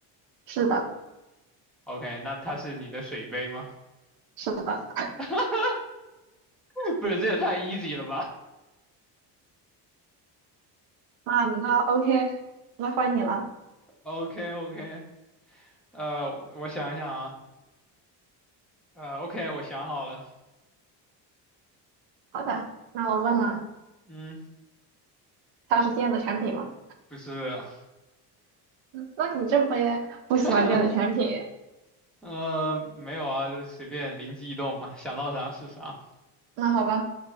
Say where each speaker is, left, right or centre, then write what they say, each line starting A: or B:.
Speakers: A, on the right (about 75°); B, in the centre.
A: 是的，
B: ？OK，那它是你的水杯吗？
A: 是的。
B: <laughs> 不是，这也太 easy 了吧
A: 啊，那 OK，那换你了。
B: o k o k 呃，我想一想啊，呃，OK，我想好了，
A: 好的，那我问了，
B: 嗯，
A: 它是电子产品吗？
B: 不是，
A: 那你这不也不喜欢电子产品？
B: <laughs> 呃，没有啊，就随便灵机一动嘛，想到啥是啥。
A: 那好吧，